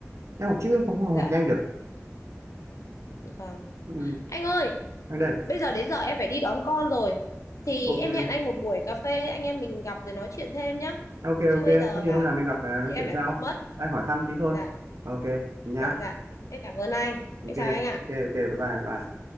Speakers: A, on the right; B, on the left.
A: em học chữ cũng không
B: dạ
A: học nhanh được
B: vâng
A: ừ,
B: anh ơi
A: anh đây
B: bây giờ đến giờ em phải đi đón con rồi thì
A: ok
B: em hẹn anh một buổi cà phê anh em mình gặp rồi nói chuyện thêm nhá
A: ok
B: chứ
A: ok
B: bây giờ
A: có gì
B: là
A: hôm nào mình gặp ờ, nói
B: không thì em
A: chuyện
B: lại
A: sau
B: muộn mất
A: anh hỏi thăm tí thôi
B: dạ
A: ok nhá
B: dạ dạ em cảm ơn anh
A: ok
B: em chào anh ạ
A: ok ok bye bye bye